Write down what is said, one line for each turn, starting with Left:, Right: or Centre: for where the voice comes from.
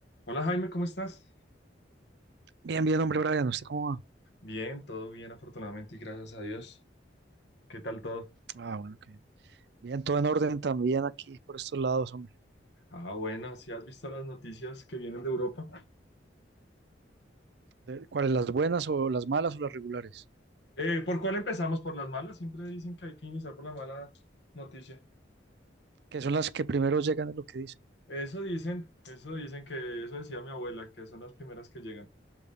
Left: Hola Jaime, ¿cómo estás?
Right: Bien, bien, hombre, Brian, ¿usted cómo va?
Left: Bien, todo bien, afortunadamente y gracias a Dios. ¿Qué tal todo?
Right: Ah, bueno, que Bien, todo en orden también aquí por estos lados, hombre.
Left: Ah, bueno, si has visto las noticias que vienen de Europa.
Right: De- ¿Cuáles, las buenas o las malas o las regulares?
Left: Eh, ¿por cuál empezamos? ¿Por las malas? Siempre dicen que hay que iniciar por la mala noticia.
Right: Que son las que primero llegan, es lo que dice.
Left: Eso dicen, eso dicen que eso decía mi abuela, que son las primeras que llegan.